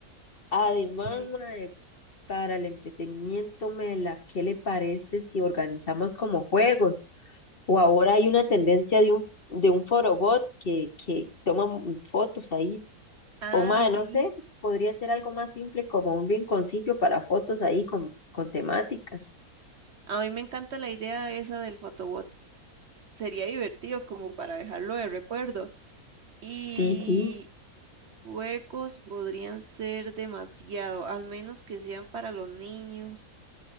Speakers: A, on the left; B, on the right.
A: Además,
B: Ok.
A: mae, para el entretenimiento, Mela, ¿qué le parece si organizamos como juegos? O ahora hay una tendencia de un, de un forobot que, que toma m- fotos ahí.
B: Ah,
A: O mae,
B: sí.
A: no sé, podría ser algo más simple como un rinconcillo para fotos ahí con, con temáticas.
B: A mí me encanta la idea esa del photobot. Sería divertido como para dejarlo de recuerdo. Y
A: Sí, sí,
B: juegos podrían ser demasiado, al menos que sean para los niños,